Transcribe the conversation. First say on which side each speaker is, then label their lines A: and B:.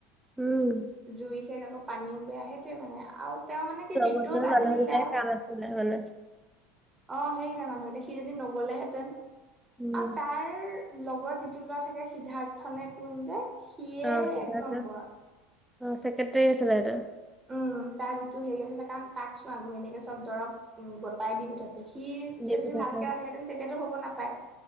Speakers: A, in the centre; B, on the right.
A: উম
B: জুই শেষ আকৌ পানী বেয়া সেইটোৱে মানে আৰু তেওঁ মানে কি মৃত্যুও
A: লগৰ
B: টানি
A: মানুহ
B: নিলে
A: গোটাই
B: আৰু
A: কাম আছিলে মানে।
B: অ, সেইকেইটা মানুহকেইটা সি যদি নগলে হেতেন
A: উম
B: আৰু তাৰ লগত যিটো ল'ৰা থাকে সিদ্ধাৰ্থনে কোন যে সিয়ে
A: অ সিদ্ধাৰ্থ
B: এক নম্বৰ
A: অ চেক্ৰেটাৰী আছিলে তেওঁৰ।
B: উম, তাৰ যিটো হেৰি আছিলে কাৰণ তাক চোৱা ঘৈনীয়েকে চব দৰব উম গোতাই দি পঠাইছিলে। সি
A: দি
B: যদি
A: পঠাইছে
B: ভালকে
A: মানে।
B: ৰাখিলেহেতেন তেতিয়াতটো হ'ব নাপায়